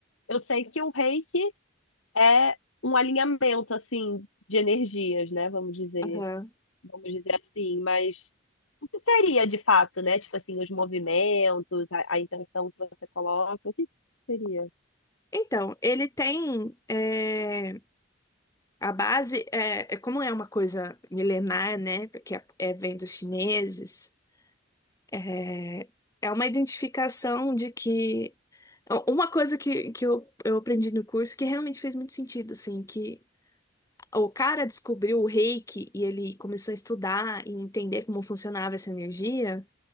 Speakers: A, on the left; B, on the left.
A: eu sei que o Reiki é um alinhamento, assim, de energias, né? Vamos dizer,
B: Aham.
A: vamos dizer assim, mas o que seria de fato, né? Tipo assim, os movimentos, a, a intenção que você coloca, o que seria?
B: Então, ele tem é, a base, é, é como é uma coisa milenar, né? Porque é, é vem dos chineses. É, é uma identificação de que. Uma coisa que, que eu, eu aprendi no curso que realmente fez muito sentido, assim, que o cara descobriu o reiki e ele começou a estudar e entender como funcionava essa energia,